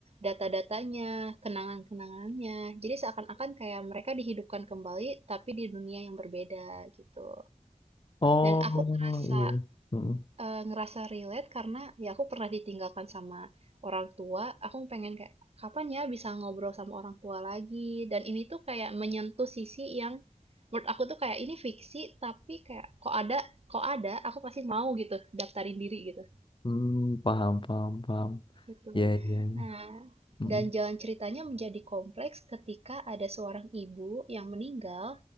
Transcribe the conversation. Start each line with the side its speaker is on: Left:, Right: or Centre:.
Right: data-datanya, kenangan-kenangannya. Jadi seakan-akan kayak mereka dihidupkan kembali, tapi di dunia yang berbeda gitu.
Left: Oh
Right: Dan aku ngerasa
Left: iya. Mm-mm.
Right: Eee, ngerasa relate karena ya aku pernah ditinggalkan sama orang tua, aku pengen kayak, "Kapan ya bisa ngobrol sama orang tua lagi?" Dan ini tuh kayak menyentuh sisi yang menurut aku tuh kayak ini fiksi, tapi kayak kok ada kok ada, aku pasti mau gitu daftarin diri gitu.
Left: Mm, paham paham paham.
Right: Gitu.
Left: Iya iya.
Right: Nah,
Left: Mm-mm.
Right: dan jalan ceritanya menjadi kompleks ketika ada seorang ibu yang meninggal,